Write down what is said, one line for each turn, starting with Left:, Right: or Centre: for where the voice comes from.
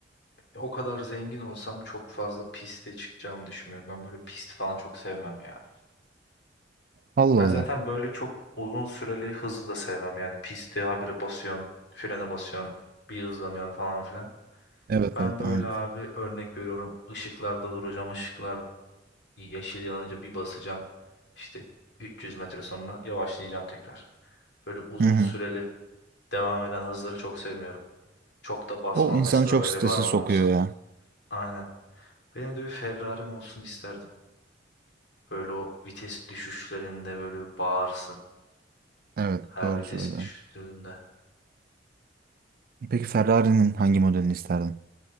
Left: o kadar zengin olsam çok fazla piste çıkacağımı düşünmüyorum. Ben böyle pist falan çok sevmem ya.
Right: Allah
Left: Ben
Right: Allah.
Left: zaten böyle çok uzun süreli hızı da sevmem. Yani pisti habire basıyorsun, frene basıyorsun, bir hızlanıyorsun falan filan.
Right: Evet
Left: Ben
Right: evet
Left: böyle
Right: anladım.
Left: abi örnek veriyorum. Işıklarda duracağım, ışıklarda Yeşil yanınca bir basacağım. İşte 300 metre sonra yavaşlayacağım tekrar. Böyle uzun
Right: Hı hı.
Left: süreli devam eden hızları çok sevmiyorum. Çok da basmam
Right: O insanı
Left: mesela
Right: çok
Left: öyle
Right: strese
Left: bir arabam
Right: sokuyor
Left: olsa.
Right: ya.
Left: Aynen. Benim de bir Ferrari'm olsun isterdim. Böyle o vites düşüşlerinde böyle bir bağırsın.
Right: Evet
Left: Her
Right: doğru
Left: vites
Right: söylüyorsun.
Left: düştüğümde.
Right: Peki Ferrari'nin hangi modelini isterdin?